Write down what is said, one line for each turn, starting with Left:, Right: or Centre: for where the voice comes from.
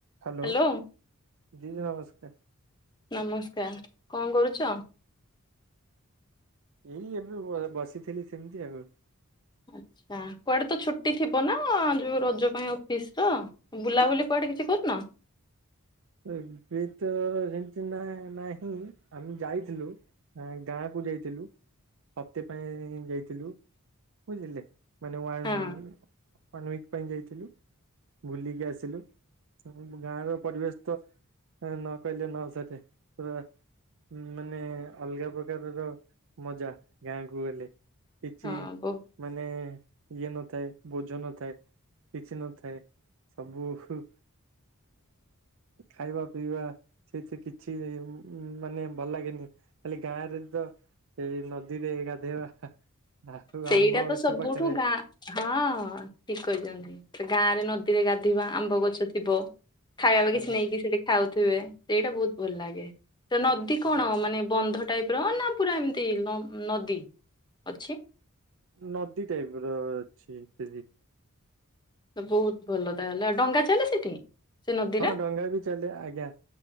Right: Hello
Left: hello
Right: ଦିଦି ନମସ୍କାର।
Left: ନମସ୍କାର କଣ କରୁଛ?
Right: ଏଇ ଏବେ ବସିଥିଲି ସେମିତି ଆଉ।
Left: ଆଚ୍ଛା କୁଆଡେ ତ ଛୁଟି ଥିବ ନା ଯୋଉ ରଜ ପାଇଁ ଅଫିସର? ବୁଲାବୁଲି କୁଆଡେ କିଛି କରିନ?
Right: ଏବେ ତ ଏମିତି ନା ନାହିଁ ଆମେ ଯାଇଥିଲୁ ଆ ଗାଁ କୁ ଯାଇଥିଲୁ ହପ୍ତେ ପାଇଁ ଯାଇଥିଲୁ ବୁଝିଲେ? ମାନେ ୱାନ୍
Left: ହଁ
Right: ୱାନ୍ ୱିକ ପାଇଁ ଯାଇଥିଲୁ ବୁଲିକି ଆସିଲୁ ଆମ ଗାଁର ପରିବେଶ ତ ନ କହିଲ ନସରେ ପୁରା ମାନେ ଅଲଗା ପ୍ରକାରର ମଜା ଗାଁକୁ ଗଲେ। କିଛି
Left: ହଁ ବୋ
Right: ମାନେ ଇଏ ନଥାଏ ବୋଝ ନଥାଏ। କିଛି ନଥାଏ ସବୁ ଉ ଖାଇବା ପିଇବା ସେଇଥିରେ କିଛି ମାନେ ଭଲ ଲାଗେନି ଖାଲି ଗାଁରେ ତ ସେଇ ନଦୀରେ ଗାଧେଇବା ଆଉ
Left: ସେଇଟା
Right: ଆମ୍ବ
Left: ତ
Right: ଗଛ
Left: ସବୁଠୁ
Right: ପାଖରେ
Left: ଗାଁ ହଁ ଠିକ କହିଛନ୍ତି ଗାଁ ରେ ନଦୀରେ ଗାଧୋଇବା ଆମ୍ବ ଗଛ ଥିବ। ଖାଇବା କିଛି
Right: ଆଜ୍ଞା
Left: ନେଇକି ସେଠି ଖାଉଥିବେ ସେଇଟା ବହୁତ ଭଲ ଲାଗେ ତ ନଦୀ
Right: ଆଜ୍ଞା
Left: କଣ ମାନେ ବନ୍ଧ ଟାଇପ ର ନା ପୁରା ଏମିତି ନଦୀ ଅଛି।
Right: ନଦୀ ଟାଇପର ଅଛି ଦିଦି।
Left: ତ ବହୁତ ଭଲ ତାହେଲେ ଆଉ ଡଙ୍ଗା ଚାଲେ ସେଠି? ସେ ନଦୀରେ
Right: ହଁ ଡଙ୍ଗା ବି ଚାଲେ ଆଜ୍ଞା